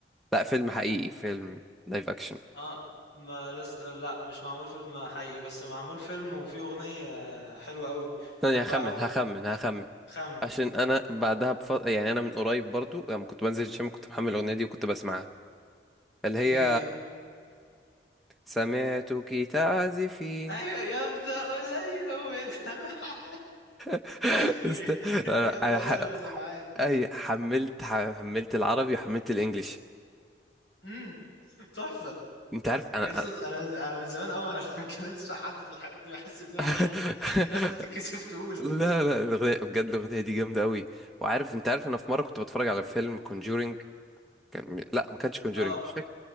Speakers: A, in the centre; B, on the left.
A: لا فيلم حقيقي فيلم لايف اكشن
B: اه ما لس... لا مش معمول فيلم حقيقي بس معمول فيلم وفيه اغنية حلوة قوي
A: ثانية
B: بحبها
A: هخمن
B: قوي
A: هخمن هخمن
B: خمن
A: عشان انا بعدها بف... يعني انا من قريب برضو لما كنت بنزل الجيم كنت محمل الاغنية دي وكنت بسمعها اللي هي
B: ايه هي
A: سمعتك تعزفين
B: ايوه يبدأ الليل باللمعان
A: <gasps> <laughs>
B: <laughs> هي
A: است... انا
B: يبدأ
A: أنا ح...
B: الليل باللمعان
A: اي حملت حملت العربي وحملت الانجليش
B: امم تحفة
A: انت عارف انا
B: يا اسطى انا انا من زمان اول ما <laughs> اتكلمتش مع حد في الحاجات دي بحس ان هي عيب
A: <laughs>
B: الناس بتتكسف تقول
A: لا لا الاغنيه بجد الاغنيه دي جامده قوي وعارف انت عارف انا في مره كنت بتفرج على فيلم Conjuring كان... لا ما كانش كونجورينج
B: اه
A: مش فاكر